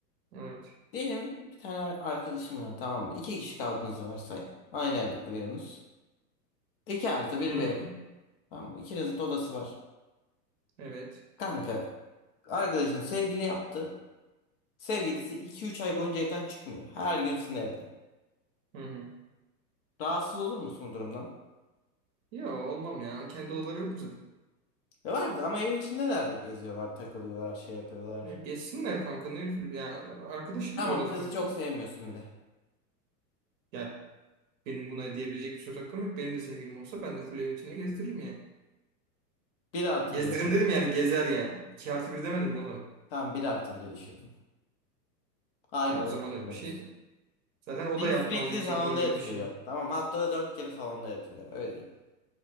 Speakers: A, on the right; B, on the left.
A: Evet.
B: Diyelim bir tane arkadaşım var tamam mı? İki kişi kaldığınızı varsay. Aynı evde kalıyorsunuz. İki artı bir
A: Hı,
B: bir ev. Tamam mı? İkinizin de odası var.
A: evet.
B: Kanka arkadaşın sevgili yaptı. Sevgilisi iki üç ay boyunca evden çıkmıyor. Her gün sizin evde.
A: Hı hı.
B: Rahatsız olur musun bu durumdan?
A: Ya olmam ya. Kendi odaları yok mu zaten?
B: Ya vardı ama evin içindeler de geziyorlar, takılıyorlar, şey yapıyorlar.
A: Ya, geçsinler kanka ne üzül. Ya arkadaşımdır
B: Tamam
A: o da
B: kızı
A: sonuçta.
B: çok sevmiyorsun bile.
A: Ya Benim buna diyebilecek bir söz hakkım yok. Benim de sevgilim olsa ben de full evin içinde gezdiririm yani.
B: Bir artı
A: Gezdiririm
B: biri.
A: dedim yani gezer yani. iki artı bir demedim mi oğlum?
B: Tamam bir artı bire düşürdüm. Aynı
A: Ya
B: odada
A: o zaman öyle
B: kalıyorsunuz.
A: bir şey. Zaten o
B: Seni
A: da yapmaz
B: sürekli
A: yüksek
B: salonda
A: ihtimal öyle
B: yatırıyor.
A: bir şey.
B: Tamam haftada dört kere salonda yatırıyor. Öyle diyeyim.